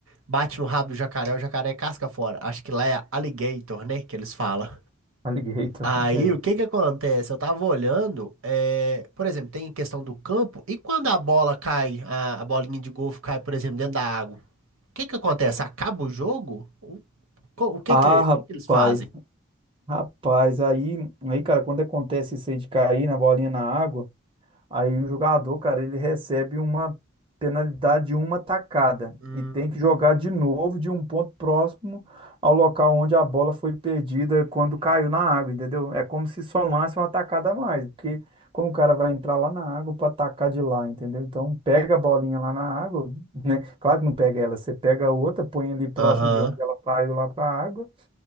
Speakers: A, on the right; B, on the right.
A: Bate no rabo do jacaré, o jacaré casca fora. Acho que lá é alligator, né? Que eles falam.
B: Alligator.
A: Aí,
B: <laughs> é.
A: o que que acontece? Eu tava olhando, é, por exemplo, tem questão do campo, e quando a bola cai, a, a bolinha de golfe cai, por exemplo, dentro da água, o que que acontece? Acaba o jogo? O, co- o que
B: Ah,
A: que,
B: rapaz,
A: o que que eles fazem?
B: rapaz, aí, aí, cara, quando acontece isso aí de cair na bolinha na água, Aí o jogador, cara, ele recebe uma penalidade de uma tacada
A: Hum,
B: e tem que jogar de novo de um ponto próximo ao local onde a bola foi perdida quando caiu na água, entendeu? É como se somasse uma tacada a mais, porque como o cara vai entrar lá na água para atacar de lá, entendeu? Então pega a bolinha lá na água, né? Claro que não pega ela, você pega a outra, põe ali próximo
A: Aham,
B: de onde ela caiu lá para a água